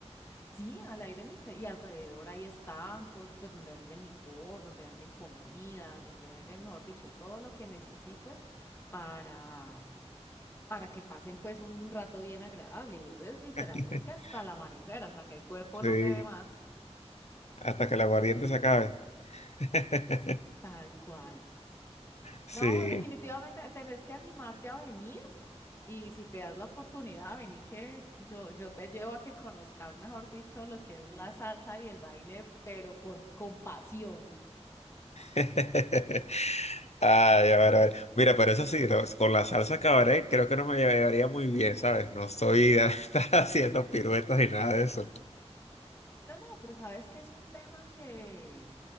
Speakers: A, on the left (about 25°); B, on the left (about 70°).
A: Sí, al aire libre y alrededor hay estancos, pues donde venden licor, donde venden comidas, donde venden, mejor dicho, todo lo que necesites para, para que pasen pues un rato bien agradable y eso es literalmente
B: <laughs>
A: hasta el amanecer, hasta que el cuerpo
B: Sí,
A: no te dé más.
B: hasta que el aguardiente se acabe. <laughs>
A: Tal cual.
B: Sí.
A: No, definitivamente tenés que animarte a venir y si te das la oportunidad, vení que yo, yo te llevo a que conozcas, mejor dicho, lo que es la salsa y el baile, pero con, con pasión.
B: <laughs> Ay, a ver, a ver. Mira, pero eso sí, lo- con la salsa cabaret creo que no me llevaría muy bien, ¿sabes? No estoy de <laughs> estar haciendo piruetas ni nada de eso.
A: No, no, pero sabes que es un tema que,